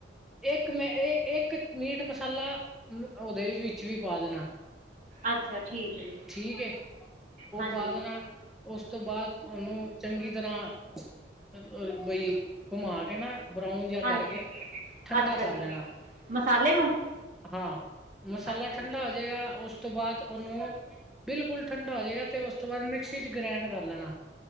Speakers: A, in the centre; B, on the right.
A: ਇੱਕ ਮੈਂ ਇਹ ਇੱਕ ਮੀਟ ਮਸਾਲਾ ਉਹਦੇ ਵਿੱਚ ਵੀ ਪਾ ਦੇਣਾ।
B: ਅੱਛਾ ਠੀਕ ਹੈ ਜੀ
A: ਠੀਕ ਏ ਉਹ
B: ਹਾਂਜੀ
A: ਪਾ ਦੇਣਾ। ਉਸ ਤੋਂ ਬਾਅਦ ਉਹਨੂੰ ਚੰਗੀ ਤਰ੍ਹਾਂ ਬਈ ਘੁਮਾ ਕੇ ਨਾ ਬਰਾਊਨ ਜਿਹਾ
B: ਹਾਂਜੀ
A: ਕਰਕੇ ਠੰਡਾ
B: ਅੱਛਾ
A: ਕਰ
B: ਜੀ
A: ਲੈਣਾ।
B: ਮਸਾਲੇ ਨੂੰ
A: ਹਾਂ ਮਸਾਲਾ
B: ਅੱਛਾ
A: ਠੰਢਾ
B: ਜੀ
A: ਹੋਜੇਗਾ। ਉਸ ਤੋਂ ਬਾਅਦ ਉਹਨੂੰ ਬਿਲਕੁਲ ਠੰਡਾ ਹੋ ਜੇਗਾ ਤੇ ਉਸ ਤੋਂ ਬਾਅਦ ਮਿਕਸ ਚ ਗ੍ਰੈਂਡ ਕਰ ਲੈਣਾ।